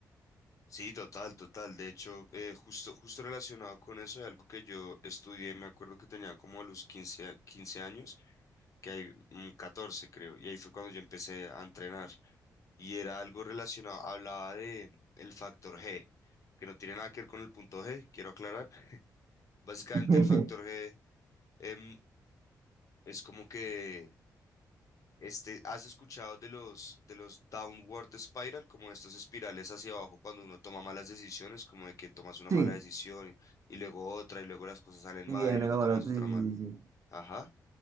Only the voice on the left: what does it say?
Sí, total, total. De hecho, eh, justo, justo relacionado con eso, de algo que yo estudié, me acuerdo que tenía como a los 15, a- 15 años, que hay mm, 14 creo, y ahí fue cuando yo empecé a entrenar. Y era algo relacionado, hablaba de el factor G, que no tiene nada que ver con el punto G, quiero aclarar. Básicamente
el factor G em, es como que Este, ¿has escuchado de los, de los downward spiral, como estas espirales hacia abajo cuando uno toma malas decisiones, como de que tomas una
mala decisión y luego otra y luego las cosas salen
mal
y luego
tomas
otra
mal?
Ajá.